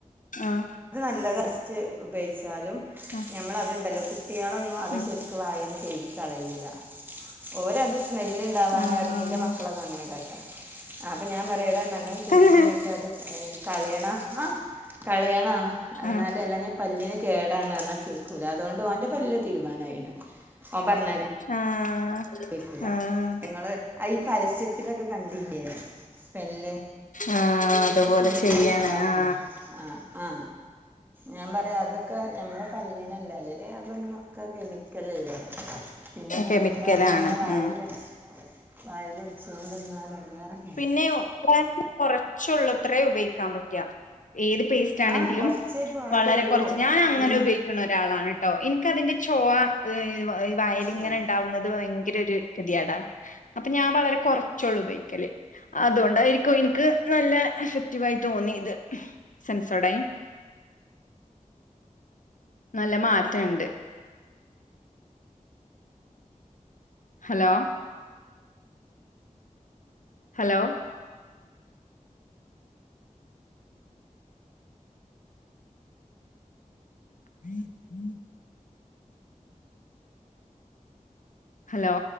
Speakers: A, on the left (about 75°); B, on the right (about 15°).
A: ആഹ്
B: അത് നല്ലത് ഫസ്റ്റ് ഉപയോഗിച്ചാലും.
A: ആഹ്
B: ഞമ്മള അതുണ്ടല്ലോ കുട്ടികളൊന്നും അത്
A: ഉം
B: ശെര്ക്ക് വായന്ന് ചെയ്യും. ഈ കളയീല ഓരത് സ്മെല്ലിണ്ടാവാന
A: ആഹ്
B: പറഞ്ഞ്,
A: ആഹ്
B: ൻ്റെ മക്കളൊക്കെ അങ്ങന്യ കാട്ടാ. ആ അപ്പൊ ഞാൻ പറയുഎടാ നല്ലോണം കുലുക്കുഴുഞ്ഞിട്ട്
A: തന്നെ
B: അത് കളയണം. ആ കളയാ ആ എന്നാലും
A: ആഹ് ആഹ് ആഹ്
B: അല്ലാഞ്ഞ പല്ലിന് കേടാണ് എന്നൊക്കേ. കൂല അതുകൊണ്ട് ഓന്റെ പല്ല് തീരുമാനമായിണ് ഓൻ പറഞ്ഞ
A: ആഹ്
B: കേക്കൂല
A: ആഹ്
B: നിങ്ങള് ഈ പരസ്യത്തിലൊക്കെ കണ്ടില്ലേ സ്മെല്ല്
A: ആ അതുപോലെ
B: സ്മെല്ല്
A: ചെയ്യാണ്
B: ഉണ്ടാവുമല്ലോ
A: ആ.
B: ആ ആ ഞാൻ പറയ അത് ക്ക നമ്മുടെ പല്ലിനല്ല അല്ലല് അതൊന്നൊക്കെ കെമിക്കലല്ലേ പിന്നെപ്പ
A: കെമിക്കലാണ്
B: ഞമ്മൾ അത് ഇങ്ങനെ വായില്
A: ഉം
B: വെച്ച് വായില് വെച്ച് കൊണ്ടന്നാലെടങ്ങേറാ
A: പിന്നെയും കുറച്ചുള്ളത്രേ ഉപയോഗിക്കാൻ പറ്റുക. ഏത് പേസ്റ്റ് ആണെങ്കിലും
B: ആ കുറച്ചേ പാടുള്ളൂ
A: വളരെ കുറച്ച് ഞാൻ അങ്ങനെ
B: പിന്നെ
A: ഉപയോഗിക്കണ ഒരാളാണ് കേട്ടോ എനിിക്കതിന്റെ ചൊവ വായിലിങ്ങനെ
B: ആ
A: ഉണ്ടാവുന്നത് ഭയ ങ്കര ഒരു ഗതികേടാ അപ്പൊ ഞാൻ വളരെ കൊറച്ചുള്ളു ഉപയോഗിക്കല്. അതുകൊണ്ടായിരിക്കും എനിക്ക് നല്ല എഫക്റ്റീവ് ആയി തോന്നി ഇത് സെൻസോഡൈൻ. നല്ല മാറ്റഅണ്ട്. Hello hello <unintelligible> hello